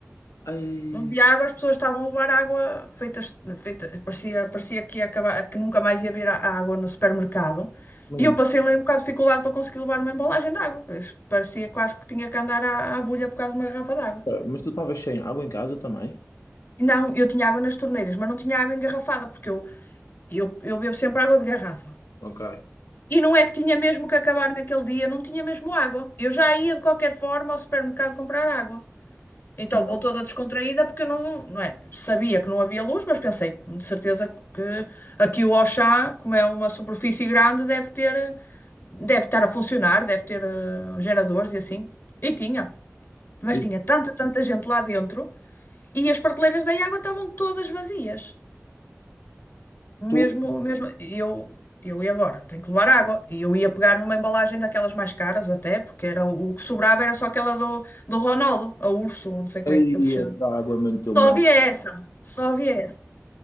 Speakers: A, on the left; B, on the left.
A: Ai,
B: Não havia água, as pessoas estavam a levar água feitas, feita, parecia, parecia que ia acabar, que nunca mais ia haver a- a água no supermercado.
A: lindo.
B: E eu passei ali um bocado de dificuldade para conseguir levar uma embalagem de água. Isto Parecia quase que tinha que andar à, à bulha por causa de uma garrafa de água.
A: Mas tu estavas sem água em casa também?
B: E Não, eu tinha água nas torneiras, mas não tinha água engarrafada, porque eu Eu, eu bebo sempre água de garrafa.
A: Ok.
B: E não é que tinha mesmo que acabar naquele dia, não tinha mesmo água. Eu já ia de qualquer forma ao supermercado comprar água. Então
A: Então,
B: vou toda descontraída porque eu não, não é, sabia que não havia luz, mas pensei, de certeza que aqui o Auchan, como é uma superfície grande, deve ter, eh, deve estar a funcionar, deve ter eh, geradores e assim. E tinha. Mas
A: e
B: tinha tanta, tanta gente lá dentro e as prateleiras da água estavam todas vazias. Mesmo,
A: tu,
B: mesmo, e eu, eu ia agora, tenho que levar água. E eu ia pegar numa embalagem daquelas mais caras até, porque era o, o que sobrava era só aquela do, do Ronaldo, a Urso, não sei como
A: aí
B: é que ele se chama.
A: essa água muito mal.
B: Só havia essa, só havia essa.